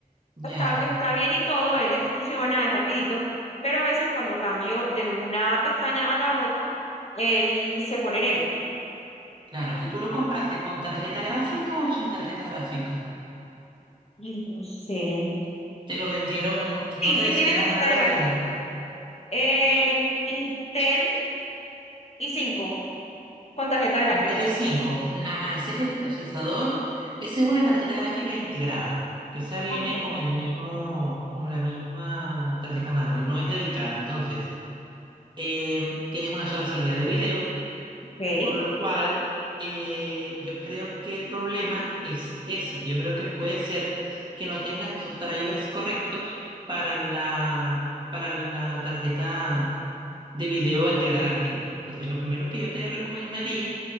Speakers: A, on the right (about 30°); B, on the left (about 45°).
A: ya,
B: está, está bien y todo, él le funciona, es rapidito, pero a veces cuando cambio de una pestaña a la otra, él se pone negro.
A: claro. ¿Y tú lo compraste con tarjeta gráfica o sin tarjeta gráfica?
B: Entonces,
A: Te lo vendieron, no
B: sí,
A: te
B: sí
A: decían
B: tiene tarjeta
A: nada
B: gráfica.
A: de
B: Eh, Intel i cinco con tarjeta gráfica.
A: Intel i5. Ah, ese es el procesador, esa es una tarjeta gráfica integrada. Esa viene
B: Ok.
A: con el mismo, con la misma tarjeta madre, no es dedicada, entonces. em, tienes una sola salida de video
B: Ok.
A: Por lo cual, eh, yo creo que el problema es ese. Yo creo que puede ser que no tengas los drivers correctos para la, para la tarjeta de video integrada que tienes. Entonces, lo primero que yo te recomendaría,